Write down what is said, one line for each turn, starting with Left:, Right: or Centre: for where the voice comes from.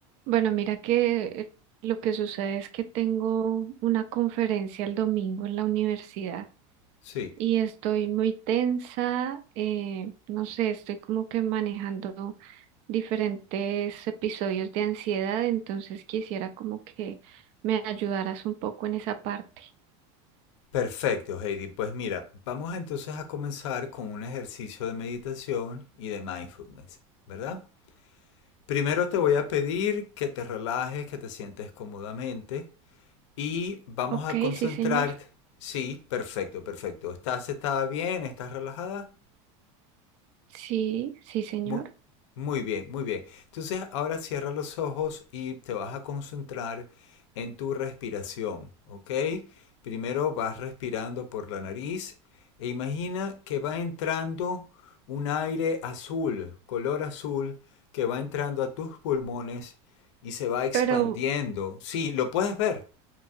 Right: Bueno, mira que eh, lo que sucede es que tengo una conferencia el domingo en la universidad
Left: Sí,
Right: y estoy muy tensa, eh, no sé, estoy como que manejando diferentes episodios de ansiedad, entonces quisiera como que me ayudaras un poco en esa parte.
Left: perfecto, Heidi. Pues mira, vamos entonces a comenzar con un ejercicio de meditación y de mindfulness, ¿verdad? Primero te voy a pedir que te relajes, que te sientes cómodamente y vamos
Right: Ok,
Left: a concentrar.
Right: sí, señor.
Left: Sí, perfecto, perfecto. ¿Estás sentada bien? ¿Estás relajada?
Right: Sí, sí, señor.
Left: Mu- Muy, bien, muy bien. Entonces ahora cierra los ojos y te vas a concentrar en tu respiración, ¿ok? Primero vas respirando por la nariz e imagina que va entrando un aire azul, color azul, que va entrando a tus pulmones y se va expandiendo.
Right: Pero
Left: Sí, lo puedes ver,